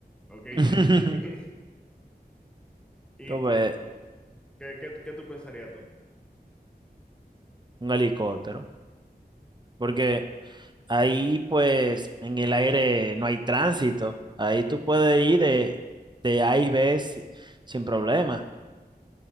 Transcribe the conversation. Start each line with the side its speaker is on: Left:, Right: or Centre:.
Centre: Ok,
Right: <laughs>
Centre: sí. <laughs> ¿Y
Right: Entonces,
Centre: tú? ¿Y tú? ¿Qué, qué, qué tú pensarías tú?
Right: un helicóptero. Porque Ahí pues en el aire no hay tránsito. Ahí tú puedes ir de, de A y B si- sin problema.